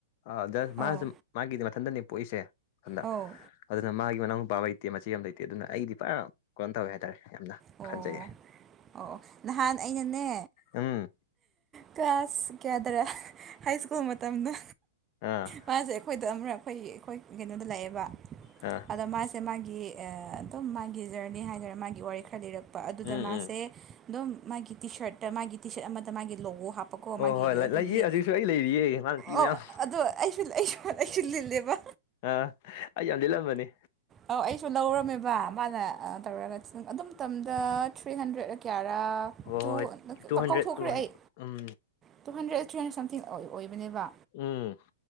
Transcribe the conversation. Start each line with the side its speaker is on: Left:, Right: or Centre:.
Left: ꯑꯗ ꯃꯥꯖꯨ
Right: ꯑꯧ
Left: ꯃꯥꯒꯤꯗꯤ ꯃꯊꯟꯇꯅꯦ ꯄꯣꯛꯏꯁꯦ ꯑꯗ
Right: ꯑꯧ
Left: ꯑꯗꯨꯅ ꯃꯥꯒꯤ ꯃꯅꯥꯎ ꯅꯨꯄꯥ ꯂꯩꯇꯦ ꯃꯆꯦ ꯑꯃ ꯂꯩꯇꯦ ꯑꯗꯨꯅ ꯑꯩꯗꯤ ꯄꯨꯔꯥ ꯀꯩꯅ‌ꯣ ꯇꯧꯋꯦ ꯍꯥꯏꯇꯥꯔꯦ ꯌꯥꯝꯅ
Right: ꯑꯣ
Left: ꯈꯟꯖꯩꯌꯦ
Right: ꯑꯣ ꯑꯣ ꯅꯍꯥꯟ ꯑꯩꯅꯅꯦ
Left: ꯎꯝ
Right: ꯀ꯭ꯂꯥꯁ ꯀꯌꯥꯗꯔꯥ ꯍꯥꯏ ꯁ꯭ꯀꯨꯜ ꯃꯇꯝꯗ
Left: ꯑꯥ
Right: ꯃꯥꯁꯦ ꯑꯩꯈꯣꯏꯗ ꯑꯃꯔꯛ ꯑꯩꯈꯣꯏ ꯑꯩꯈꯣꯏ ꯀꯩꯅꯣꯗ ꯂꯥꯛꯑꯦꯕ
Left: ꯑꯥ
Right: ꯑꯗꯣ ꯃꯥꯁꯦ ꯃꯥꯒꯤ ꯑꯗꯨꯝ ꯃꯥꯒꯤ ꯖꯔꯅꯤ ꯍꯥꯏꯗꯔꯥ ꯃꯥꯒꯤ ꯋꯥꯔꯤ ꯈꯔ ꯂꯤꯔꯛ ꯄ ꯑꯗꯨꯗ
Left: ꯎꯝ
Right: ꯃꯥꯁꯦ
Left: ꯎꯝ
Right: ꯑꯗꯨꯝ ꯃꯥꯒꯤ ꯇꯤ ꯁꯔꯠꯇ ꯃꯥꯒꯤ ꯇꯤ ꯁꯔꯠ ꯑꯃꯗ ꯃꯥꯒꯤ ꯂꯣꯒ‌ꯣ ꯍꯥꯞ ꯄꯀꯣ
Left: ꯍꯣꯏ
Right: ꯃꯥꯒꯤ
Left: ꯍꯣꯏ
Right: ꯑꯗꯨꯒꯤ
Left: ꯂꯩꯌꯦ ꯍꯧꯖꯤꯛꯁꯨ ꯑꯩ ꯂꯩꯔꯤꯌꯦ ꯃꯥꯅ ꯄꯤ
Right: ꯑꯣ
Left: ꯃꯌꯥꯝ
Right: ꯑꯗꯣ ꯑꯩꯁꯨ ꯑꯩ ꯑꯩꯁꯨ ꯂꯤꯠꯂꯦꯕ
Left: ꯑ ꯑꯩ ꯌꯥꯝ ꯂꯤꯜꯂꯝꯕꯅ‌ꯦ
Right: ꯑꯧ ꯑꯩꯁꯨ ꯂꯧꯔꯝꯃꯦꯕ ꯃꯥꯅ ꯑꯥ ꯇꯧꯔꯒ ꯑꯗꯨ ꯃꯇꯝꯗ ꯊ꯭ꯔꯤ ꯍꯟꯗ꯭ꯔꯦꯗꯔꯥ ꯀꯌꯥꯔꯥ
Left: ꯍꯣꯏ
Right: ꯇꯨ
Left: ꯍꯣꯏ ꯍꯣꯏ ꯇꯨ ꯍꯟꯗ꯭ꯔꯦꯠ
Right: ꯀꯧꯊꯣꯛꯈ꯭ꯔꯦ
Left: ꯇꯨ ꯍꯟ
Right: ꯑꯩ
Left: ꯎꯝ
Right: two hundred or three hundred something ꯑꯣꯏꯕꯅꯦꯕ
Left: ꯎꯝ